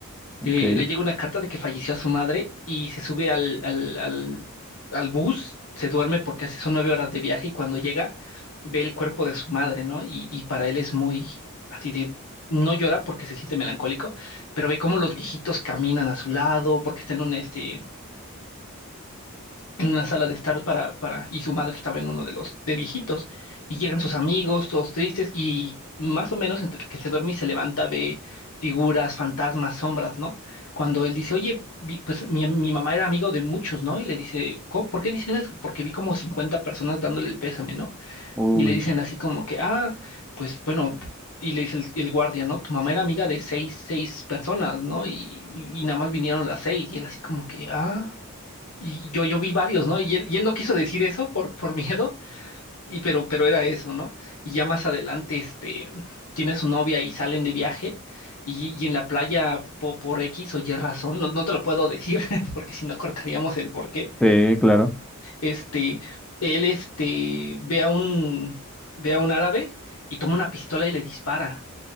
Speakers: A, in the centre; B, on the left (about 80°).
A: Ok.
B: eh, le llega una carta de que falleció su madre y se sube al, al, al, al bus, se duerme porque hace- son nueve horas de viaje y cuando llega ve el cuerpo de su madre, ¿no? Y, y para él es muy así de, no llora porque se siente melancólico, pero ve cómo los viejitos caminan a su lado porque está en un, este, en una sala de estar para, para, y su madre estaba en uno de los de viejitos, y llegan sus amigos, todos tristes, y más o menos entre que se duerme y se levanta ve figuras, fantasmas, sombras, ¿no? Cuando él dice, oye, vi- pues mi, mi mamá era amigo de muchos, ¿no? Y le dice, "¿Cómo- ¿por qué dices eso? Porque vi como 50 personas dándole el pésame, ¿no?
A: Uy,
B: Y le dicen así como que, ah, pues bueno. Y le dice el, el guardia, ¿no? Tu mamá era amiga de seis, seis personas, ¿no? Y, y, y nada más vinieron las seis. Y él así como que, ah. Y yo, yo vi varios, ¿no? Y él, y él no quiso decir eso por, por <laughs> miedo, y pero, pero era eso, ¿no? Y ya más adelante, este, tiene su novia y salen de viaje, y, y en la playa, po- por X o Y razón, no, no te lo puedo decir, <laughs> porque si no cortaríamos el por qué,
A: sí, claro.
B: este, él, este, ve a un, ve a un árabe y toma una pistola y le dispara.